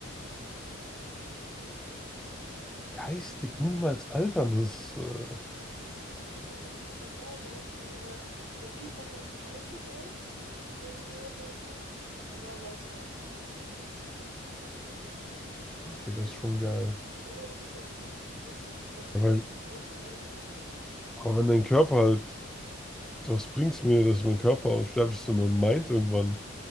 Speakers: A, in the centre; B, on the right (about 75°).
A: Geistig niemals altern, das ist, äh,
B: Ja, das heißt, du bist, du bist einfach mental, man sagt, sagen wir mal, ich glaube, Peak hat man noch mit 30, oder? In seinem Gehirn, sagt man. Und da bleibst du dann.
A: ja, okay, das ist schon geil.
B: Oder du bist halt Peak, ich weiß nicht, ich glaube,
A: Aber
B: Körper ist auch so dreißig im Peak.
A: Aber wenn dein Körper halt, was bringt's mir, dass mein Körper unsterblich ist, wenn mein Mind irgendwann,